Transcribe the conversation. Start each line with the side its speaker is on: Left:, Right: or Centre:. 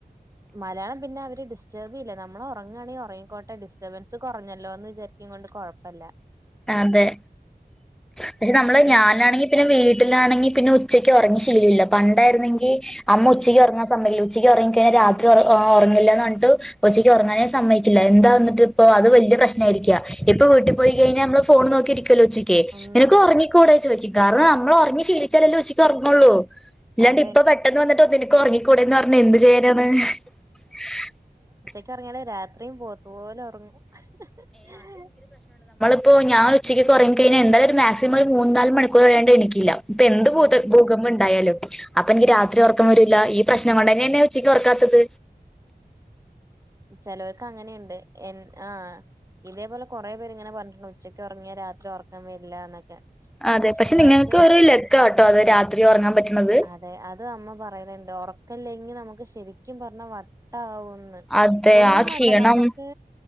Right: മലയാളം പിന്നെ അവര് ഡിസ്റ്റർബേയില്ല നമ്മൾ ഉറങ്ങണെങ്കിൽ ഉറങ്ങിക്കോട്ടെ ഡിസ്റ്റർബൻസ് കുറഞ്ഞല്ലോ എന്ന് വിചാരിച്ചോണ്ട് കൊഴപ്പല്ല
Centre: അതെ പക്ഷെ നമ്മള് ഞാനാണെങ്കി പിന്നെ വീട്ടിലാണെങ്കി പിന്നെ ഉച്ചക്ക് ഒറങ്ങി ശീലല്ല പണ്ടേ അമ്മ
Right: ഉം
Centre: ഉച്ചക്ക് ഒറങ്ങാ സമയ ഉച്ച ഉച്ചക്ക് ഉറങ്ങിക്കറിഞ്ഞ രാത്രി ഉറ ഉറങ്ങില്ല ന്ന് പറഞ്ഞിട്ട് ഉച്ചക്ക് ഉറങ്ങാനേ സമ്മയിക്കില്ല എന്താന്നിട്ടിപ്പൊ അത് വല്ല്യേ പ്രശ്ന ആരിക്ക ഇപ്പൊ വീട്ടിൽ പോയി കഴിഞ്ഞാ നമ്മ ഫോണ് നോക്കിരിക്കല്ലോ ഉച്ചക്ക്
Right: ഉം
Centre: നിനക്ക് ഉറങ്ങിക്കൂട ചോയി കാരണം നമ്മൾ ഒറങ്ങി ശീലിച്ചല്ലല്ലോ ഉച്ചക്ക് ഉറങ്ങുള്ളൂ ഇല്ലാണ്ട്
Right: അതെ
Centre: ഇപ്പൊ പെട്ടെന്ന് വന്നിട്ട് ഒന്നേനിക്കൊറങ്ങി കൂടെന്ന് പറഞ്ഞ എന്ത് ചെയ്യാനാണ് ഹ് ഹ
Right: ഇപ്പോറങ്ങ്യാലെ രാത്രിയും പോത്തപോലെ ഒർങ്ങൂ ഹ് ഹ്ഹേ
Centre: ഇപ്പോ ഞാൻ ഉച്ചക്കൊക്കെറങ്ങി കഴിഞ്ഞാ എന്തായാല ഒരു മാക്സിമം മൂന്നാല് മണിക്കൂർ കെയ്യാണ്ടെ എനിക്കില്ലാ ഇപ്പെന്ത് ഭൂത്
Right: ഉം
Centre: ഭൂകമ്പം ഇണ്ടായാലും അപ്പൊഞ്ഞി രാത്രി ഉറക്കം വരൂല്ല ഈ പ്രശ്നം കൊണ്ടന്നെനെൻ ഉച്ചക്ക് ഒറ ക്കാത്തത്
Right: ചിലചെലോര്ക് അങ്ങനെയുണ്ട് എൻ ആ ഇതേപോലെ കുറെപെരിങ്ങനെ ങ്ങനെ പറഞ്ഞിട്ടുണ്ട് ഉച്ചക്ക് ഉറങ്ങിയാ രാത്രി ഉറക്കം വരില്ലാ ന്നൊക്കെ
Centre: അതെ
Right: പക്ഷെ ഞങ്ങക്ക്
Centre: നിങ്ങൾക്ക് ഒരു ലക്കാട്ടോ അത് രാത്രി ഉറങ്ങാൻ പറ്റണത്.
Right: അതെ അത് അമ്മ പറയല ടാ ഉറക്കല്ലെങ്കിൽ നമുക്ക് ശരിക്കും പറഞ്ഞാൽ വട്ടാവും ന്ന്
Centre: അതെ
Right: ഒന്നും
Centre: ആ ക്ഷീണം
Right: വേണ്ട നമുക്ക്